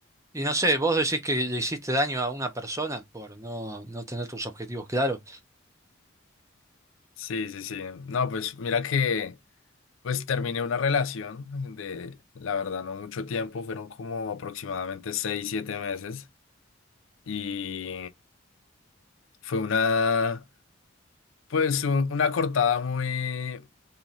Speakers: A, on the right; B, on the left.
A: y no sé, vos decís que le hiciste daño a una persona por no, no tener tus objetivos claros.
B: Sí, sí, sí. No, pues mira que pues terminé una relación de, la verdad, no mucho tiempo, fueron como aproximadamente seis, siete meses y fue una, pues un- una cortada muy,